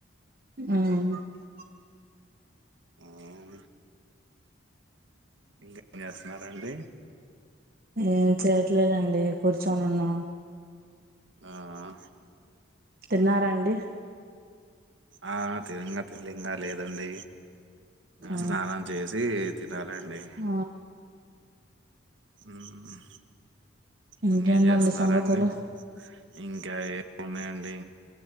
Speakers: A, on the right; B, on the right.
A: ఉ
B: ఆ ఔను ఇంకేం చేస్తున్నారండి
A: ఏం చేయట్లేదండి కూర్చొని ఉన్నా
B: ఆఅ
A: తిన్నార అండి
B: ఆ తినంగా తిన్లింగా లేదండి
A: ఆ
B: స్నానం చేసి తినాలండి
A: ఆ
B: ఊ హు హు
A: ఇంకేందండి
B: ఇంకేం చేస్తున్నారండి
A: సంగతులు
B: ఇంకా ఏ ఉన్నాయండి